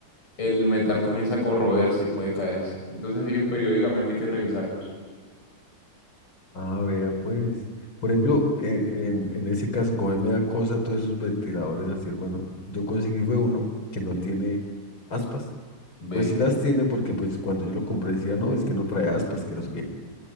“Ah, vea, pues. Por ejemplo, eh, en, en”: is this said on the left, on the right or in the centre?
Left